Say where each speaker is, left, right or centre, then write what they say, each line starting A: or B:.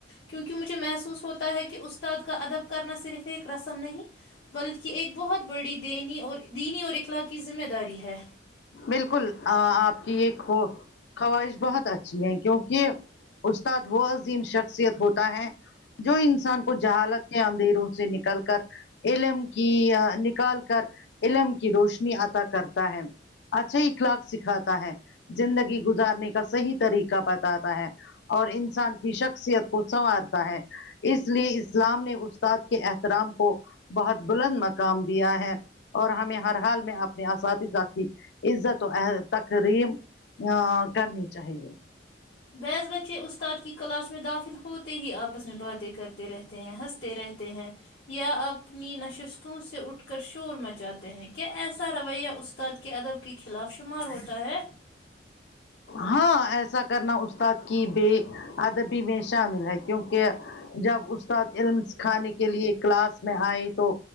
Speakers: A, on the left (about 80°); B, on the left (about 70°).
A: کیونکہ مجھے محسوس ہوتا ہے کہ استاد کا ادب کرنا صرف ایک رسم نہیں بلکہ ایک بہت بڑی دینی اور دینی اور اخلاق کی ذمہ داری ہے
B: بالکل آپ کی یہ خواہش بہت اچھی ہے کیونکہ استاد وہ عظیم شخصیت ہوتا ہے جو انسان کو جہالت کے اندھیروں سے نکل کر علم کی نکال کر علم کی روشنی عطا کرتا ہے اچھا اخلاق سکھاتا ہے زندگی گزارنے کا صحیح طریقہ بتاتا ہے اور انسان کی شخصیت کو سنوارتا ہے اس لیے اسلام نے استاد کے احترام کو بہت بلند مقام دیا ہے اور ہمیں ہر حال میں اپنے اساتذہھی عزت تقریب ا کرنی چاہیے
A: بعث بچے استاد کی کلاس میں داخل ہوتے ہی آپس میں باتیں کرتے رہتے ہیں ہنستے رہتے ہیں یا اپنی نشستوں سے اٹھ کر شور مچاتے ہیں کیا ایسا رویہ استاد کے ادب کے خلاف شمار ہوتا ہے
B: ہاں ایسا کرنا استاد کی بے ادبی میں شامل ہے کیونکہ جب استاد علم سکھانے کے لیے کلاس میں آئے تو